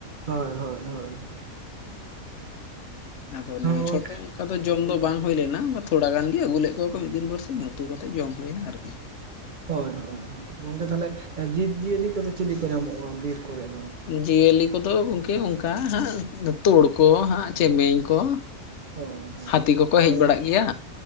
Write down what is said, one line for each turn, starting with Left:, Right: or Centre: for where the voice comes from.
Right: ᱦᱳᱭ ᱦᱳᱭ ᱦᱳᱭ,
Left: ᱟᱫᱚ
Right: ᱦᱳᱭ
Left: ᱱᱤᱭᱟᱹ ᱪᱷᱚᱨ
Right: ᱜᱚᱝᱠᱮ
Left: ᱫᱚ ᱚᱱᱠᱟ ᱫᱚ ᱡᱚᱢ ᱫᱚ ᱵᱟᱝ ᱦᱩᱭ ᱞᱮᱱᱟ, ᱛᱷᱚᱲᱟ ᱜᱟᱱ ᱜᱮ ᱟᱹᱜᱩ ᱞᱮᱫ ᱠᱚᱣᱟ ᱠᱚ ᱢᱤᱫ ᱫᱤᱱ ᱵᱟᱨᱥᱤᱧ ᱩᱛᱩ ᱠᱟᱛᱮᱫ ᱡᱚᱢ ᱦᱩᱭᱱᱟ ᱟᱨᱠᱤ᱾
Right: ᱦᱳᱭ ᱦᱳᱭ ᱦᱚᱭ, ᱜᱚᱝᱠᱮ ᱛᱟᱦᱚᱞᱮ ᱡᱤᱵᱽ-ᱡᱤᱭᱟᱹᱞᱤ ᱠᱚᱫᱚ ᱪᱤᱞᱤ ᱠᱚ ᱧᱟᱢᱚᱜ-ᱟ ᱵᱤᱨ ᱠᱚᱨᱮᱫ ᱫᱚ?
Left: ᱡᱤᱭᱟᱹᱞᱤ ᱠᱚᱫᱚ ᱜᱚᱢᱠᱮ ᱚᱱᱠᱟ ᱦᱟᱸᱜ ᱛᱩᱲ ᱠᱚ ᱦᱟᱸᱜ ᱪᱮᱢᱮᱧ ᱠᱚ
Right: ᱦᱳᱭ ᱦᱳᱭ
Left: ᱦᱟᱹᱛᱤ ᱠᱚᱠᱚ ᱦᱮᱡ
Right: ᱛᱚ
Left: ᱵᱟᱲᱟ ᱜᱮᱭᱟ?